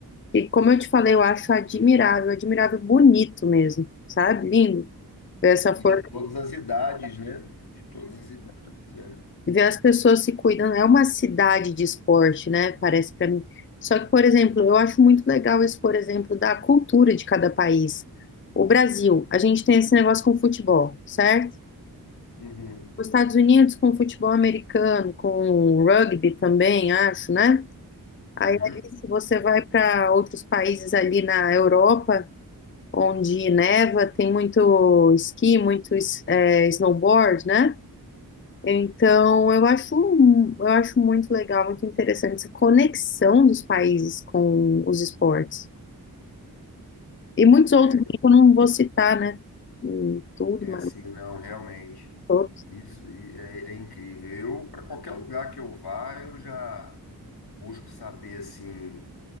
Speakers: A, on the left; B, on the left.
A: que, como eu te falei, eu acho admirável, admirável, bonito mesmo, sabe? Lindo ver essa
B: E
A: força.
B: de todas as idades, né? De todas as idades, né?
A: Ver as pessoas se cuidando. É uma cidade de esporte, né? Parece para mim. Só que, por exemplo, eu acho muito legal esse, por exemplo, da cultura de cada país. O Brasil, a gente tem esse negócio com futebol, certo?
B: Uhum.
A: Os Estados Unidos com futebol americano, com rugby também, acho, né? Aí,
B: Uhum.
A: ali, se você vai para outros países ali na Europa, onde neva, tem muito esqui, muito es- é, snowboard, né? Então, eu acho, eu acho muito legal, muito interessante essa conexão dos países com os esportes. E muitos outros
B: É,
A: que eu não vou citar, né? hum, Tudo,
B: é
A: mas
B: assim, não, realmente.
A: todos.
B: Isso e- é, é incrível. Eu, para qualquer lugar que eu vá, eu já busco saber assim,